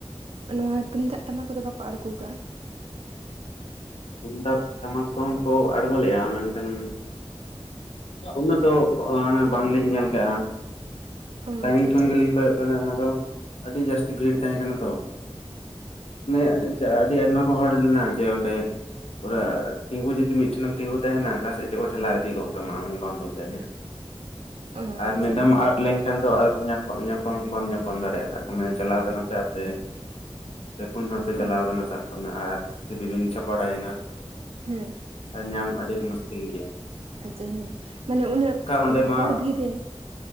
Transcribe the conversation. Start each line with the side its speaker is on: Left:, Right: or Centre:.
Right: ᱱᱚᱣᱟ ᱴᱩᱢᱫᱟᱜ ᱴᱟᱢᱟᱠ ᱠᱚᱫᱚ ᱵᱟᱠᱚ ᱟᱲᱜᱳ ᱠᱟᱜ-ᱟ?
Left: ᱛᱩᱢᱫᱟᱵ ᱴᱟᱢᱟᱠ ᱠᱚᱦᱚᱸ ᱠᱚ ᱟᱬᱜᱚ ᱞᱮᱜ-ᱟ, ᱢᱮᱱᱠᱷᱟᱱ ᱩᱱᱟᱹᱜ ᱫᱚ ᱚᱱᱮ ᱵᱟᱝᱞᱤᱧ ᱧᱮᱞ ᱠᱟᱜ-ᱟ,
Right: ᱚ
Left: ᱥᱟᱺᱜᱤᱧ
Right: ᱟᱪᱪᱷᱟ ᱟᱪᱪᱷᱟ
Left: ᱠᱷᱚᱱ ᱜᱮᱞᱤᱧ ᱠᱚᱭᱚᱜ ᱠᱟᱫᱟ ᱚᱱᱟ ᱫᱚ ᱟᱹᱰᱤ ᱡᱟᱹᱥᱛᱤ ᱵᱷᱤᱲ ᱛᱟᱦᱮᱸ ᱠᱟᱱᱟ ᱛᱚ, <unintelligible> ᱪᱟᱜ ᱟᱹᱰᱤ ᱟᱭᱢᱟ ᱠᱚ ᱦᱚᱲ ᱞᱮᱱᱟ ᱡᱮ ᱚᱸᱰᱮ ᱯᱩᱨᱟ ᱛᱤᱝᱜᱩ ᱡᱩᱫᱤ ᱢᱤᱫ ᱴᱮᱱᱮᱢ ᱛᱤᱝᱜᱩ ᱛᱟᱦᱮᱱᱟ ᱟᱠᱟ ᱥᱮᱫ ᱪᱚᱠᱚ ᱠᱷᱮᱞᱟᱣ ᱤᱫᱤ ᱜᱚᱜ ᱠᱟᱢᱟ ᱟᱢ ᱦᱚᱸ ᱵᱟᱢ ᱵᱩᱡᱽ ᱫᱟᱲᱮᱭᱟᱜ-ᱟ,
Right: ᱚ
Left: ᱟᱨ
Right: ᱟᱪᱪᱷᱟ
Left: ᱢᱤᱫ ᱫᱷᱟᱣᱢ ᱟᱫ ᱞᱮᱝᱠᱷᱟᱱ ᱫᱚ ᱟᱨ ᱧᱟᱢ ᱧᱟᱯᱟᱢ ᱦᱚ ᱵᱟᱢ ᱧᱟᱯᱟᱢ ᱫᱟᱲᱮᱭᱟᱜ-ᱟ ᱥᱟᱠ ᱠᱟᱜ ᱢᱮ ᱪᱟᱞᱟᱣ ᱠᱟᱱᱟ ᱯᱮ ᱟᱯᱮ ᱯᱮ ᱯᱩᱱ ᱦᱚᱲᱯᱮ ᱪᱟᱞᱟᱣ
Right: ᱚ
Left: ᱠᱟᱱᱟ ᱥᱟᱵ ᱠᱟᱜ ᱢᱮ ᱟᱨ ᱡᱩᱫᱤ ᱵᱤᱱ ᱪᱷᱟᱯᱚᱲᱰᱟ ᱭᱮᱱᱟ ᱾
Right: ᱦᱮᱸ
Left: ᱟᱨ ᱧᱟᱢ ᱟᱹᱰᱤ ᱢᱩᱥᱠᱤᱞ ᱜᱮᱭᱟ ᱾
Right: ᱟᱪᱪᱷᱟ ᱦᱮᱸ, ᱢᱟᱱᱮ ᱩᱱᱟᱹᱜ
Left: ᱚᱸᱰᱮ ᱢᱟ
Right: ᱦᱚᱲ ᱵᱷᱤᱨ ᱨᱮ